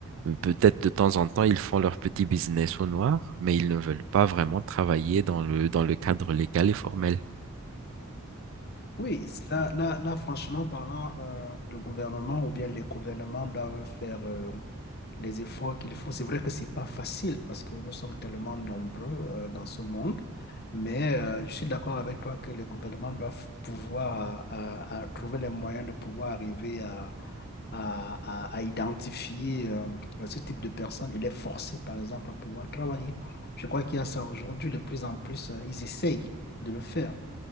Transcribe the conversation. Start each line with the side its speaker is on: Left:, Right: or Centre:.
Right: Euh, Peut-être de temps en temps, ils font leur petit business au noir, mais ils ne veulent pas vraiment travailler dans le, dans le cadre légal et formel.
Left: Oui, là, là, là, franchement parlant, euh, le gouvernement ou bien les gouvernements doivent faire euh, les efforts qu'il faut. C'est vrai que c'est pas facile parce que nous sommes tellement nombreux euh, dans ce monde, mais euh, je suis d'accord avec toi que les gouvernements doivent pouvoir euh, à- à trouver les moyens de pouvoir arriver à, à, à- à identifier euh, ce type de personnes. Il est forcé, par exemple, à pouvoir travailler. Je crois qu'il y a ça aujourd'hui. De plus en plus, euh, ils essayent de le faire.